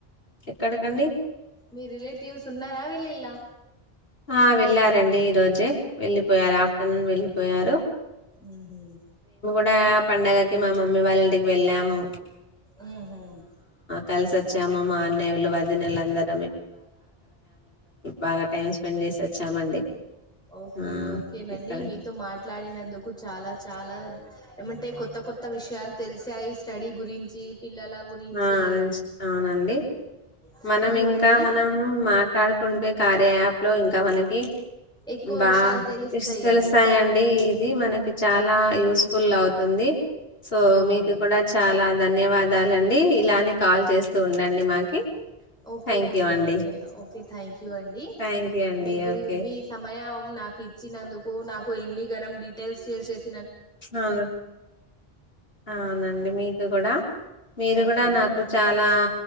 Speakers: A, on the left; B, in the centre.
A: ఎక్కడికండి
B: మీ రిలేటివ్స్ ఉన్నారా వెళ్ళిలా
A: ఆ వెళ్ళారంండి ఈరోజే వెళ్ళిపోయారు ఆఫ్టర్నూన్ వెళ్ళిపోయారు
B: ఉమ్ ఉమ్
A: డా ఇప్పు పంండగకి మా మమ్మీ వాళ్ళ ఇంటికి వెళ్ళాము
B: ఉహుమ్
A: కలిసి వచ్చాము మా అన్నలు వదినలు లందరు బాగా టైం స్పెండ్ చేసి వచ్చామండి
B: ఓకే
A: ఆ
B: ఓకేనండి
A: ఇక్కడ
B: మీతో మాట్లాడినందుకు చాలా చాలా ఏమంటే కొత్త కొత్త విషయాలు తెలిసాయి స్టడీ గురించి పిల్లల గురించి
A: ఆ అవునండి
B: థ్యాంక్
A: మనం
B: యూ
A: ఇంకా
B: అండి
A: మనం మాట్లాడుకుంటే కార్య యాప్ లో ఇంకా ఇంకా మనకి
B: ఎక్కువ
A: బా
B: విషయాలు తెలుస్తాయండి
A: ఇ తెలుస్తాయండి ఇది మనకి చాలా యూస్ఫుల్ అవుతుంది సో
B: అవునండి
A: మీకు కూడా చాలా ధన్యవాదాలు దాలండి రి ఇలానే కాల్ చేస్తూ ఉండండి మాకి
B: ఓకే
A: థ్యాంక్
B: ఓకే
A: యూ అండి
B: ఓకే ఓకే థ్యాంక్ యూ అండి
A: థ్యాంక్ యూ అండి
B: మీ గురి
A: ఓకే
B: మీ సమయం నాకు ఇచ్చినందుకు నాకు ఎన్ని గనం డీటెయిల్స్ షేర్ చేసి
A: అవును అవునండి మీకు కూడా మీరు
B: ఓకేనండి
A: కూడా నాకు చాలా